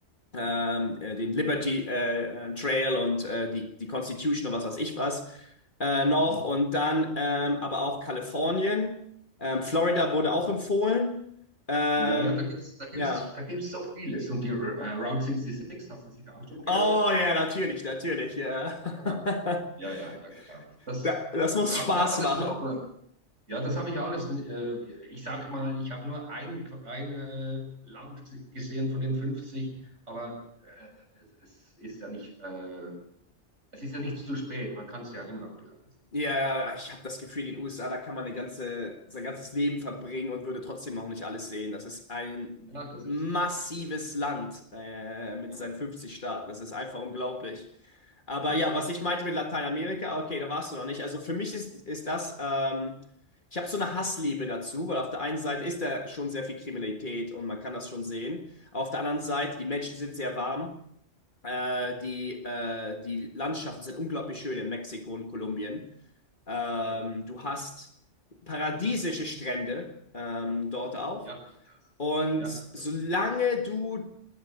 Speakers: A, on the left (about 45°); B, on the right (about 80°).
A: ähm,
B: ja.
A: äh, den Liberty äh, äh, Trail und äh, die, die Constitution
B: ja.
A: und was weiß ich was äh, noch
B: Mhm.
A: und dann ähm, aber auch Kalifornien. Ähm, Florida wurde auch empfohlen. Ähm,
B: Ja, ja, da gibt's, da gibt's,
A: ja.
B: da gibt's so vieles. Und die äh, Route 66, hast du sicher auch schon gehört?
A: Oh ja, natürlich, natürlich, ja.
B: Ja, ja, ja, ja, klar.
A: <laughs>
B: Das
A: Da- Das muss
B: habe
A: Spaß
B: ich alles
A: machen.
B: noch. äh, Ja, das habe ich alles. äh, Ich sage mal, ich habe nur ein, ein äh, Land g- gesehen von den 50, aber äh, es, es ist ja nicht äh, es ist ja nicht zu spät, man kann es ja immer noch bereisen.
A: Ja, ja, ich habe das Gefühl, in den USA, da kann man eine ganze, sein ganzes Leben verbringen und würde trotzdem noch nicht alles sehen. Das ist ein
B: Ja, das
A: massives
B: ist so. Das ist.
A: Land äh, mit
B: Aha.
A: seinen 50 Staaten. Das ist einfach unglaublich. Aber
B: Ja,
A: ja, was ich meinte mit Lateinamerika, okay, da warst du noch nicht. Also für mich ist, ist das, ähm, ich habe so eine Hassliebe dazu, weil auf der einen Seite ist da schon sehr viel Kriminalität und man kann das schon sehen. Auf der anderen Seite, die Menschen sind sehr warm. Äh, die, äh, die Landschaften sind unglaublich schön in Mexiko und Kolumbien. Ähm,
B: ja,
A: du hast paradiesische Strände ähm, dort auch.
B: ja, das.
A: Und
B: Ja,
A: solange
B: das.
A: du